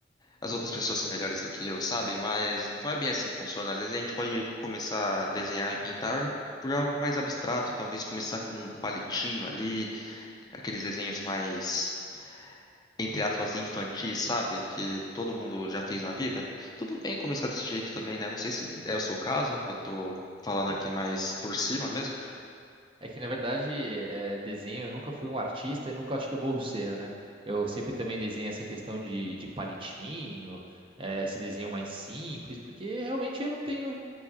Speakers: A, on the left (about 20°); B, on the right (about 30°).
A: as outras pessoas são melhores do que eu, sabe? Mas não é bem assim que funciona. Às vezes a gente pode começar a desenhar e pintar por algo mais abstrato, talvez começar com um palitinho ali Aqueles desenhos mais, entre aspas, infantis, sabe? Que todo mundo já fez na vida. Tudo bem começar desse jeito também, né? Não sei se é o seu caso, eu tô falando
B: É,
A: aqui mais por cima mesmo.
B: É que, na verdade, eh, desenho, eu nunca fui um artista e nunca acho que eu vou ser, né? Eu sempre também desenho essa questão de, de palitinho, eh, esse desenho mais simples, porque realmente eu não tenho